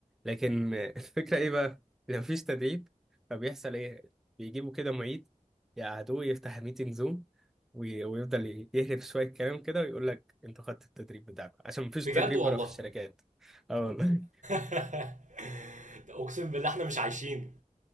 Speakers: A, in the centre; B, on the right (about 70°).
A: لكن آه، <laughs> الفكرة ايه بقى لو مفيش تدريب فبيحصل ايه بيجيبوا كده معيد يقعدوه يفتح ميتنج زوم وي- ويفضل ي- يهرب شوية كلام كده ويقول لك انتوا خدتوا التدريب بتاعكم عشان مفيش
B: بجد
A: تدريب
B: والله
A: بره في الشركات اه والله
B: <laughs> <applause> اقسم بالله احنا مش عايشين